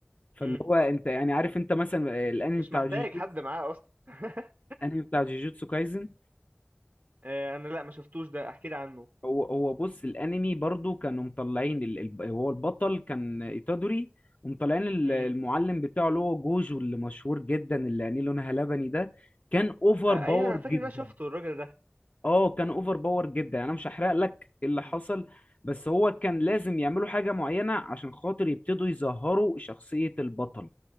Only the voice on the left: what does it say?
فاللي
هو انت يعني عارف انت مثلا الانمي
بتاع
جوجوتسو
الانمي بتاع جوجوتسو كايزن
هو هو بص الانمي برضو كانوا مطلعين ال... ال- هو البطل كان ايتادوري ومطلعين ال-
المعلم بتاعه اللي هو جوجو اللي مشهور جدا اللي عينيه لونها لبني ده كان اوفر
باور
جدا
اه كان اوفر باور جدا يعني انا مش هحرق لك اللي
حصل بس هو كان لازم يعملوا حاجة معينة عشان خاطر يبتدوا يظهروا شخصية البطل